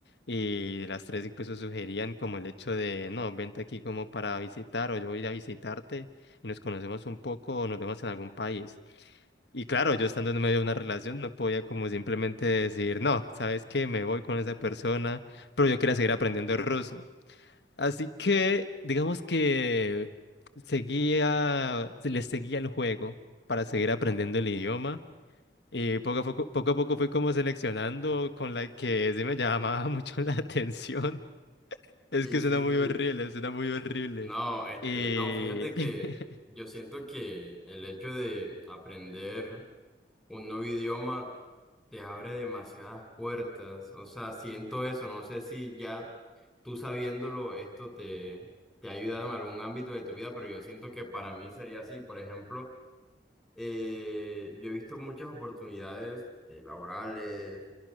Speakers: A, on the left (about 70°); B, in the centre.
A: y las tres incluso sugerían como el hecho de, no, vente aquí como para visitar, o yo voy a ir a visitarte, y nos conocemos un poco, o nos vemos en algún país. Y claro, yo estando en medio de una relación, no podía como simplemente decir, no, ¿sabes qué? Me voy con esa persona, pero yo quería seguir aprendiendo ruso. Así que, digamos que seguía, se le seguía el juego para seguir aprendiendo el idioma. Y poco a poco, poco a poco fui como seleccionando con la que sí me llamaba <laughs> mucho la atención. Es
B: Sí,
A: que suena
B: sí, sí,
A: muy
B: sí.
A: horrible, suena muy horrible.
B: No, este,
A: Y...
B: no, fíjate que
A: <laughs>
B: yo siento que el hecho de aprender un nuevo idioma te abre demasiadas puertas. O sea, siento eso. No sé si ya tú sabiéndolo, esto te, te ha ayudado en algún ámbito de tu vida, pero yo siento que para mí sería así. Por ejemplo, eh, yo he visto muchas oportunidades eh, laborales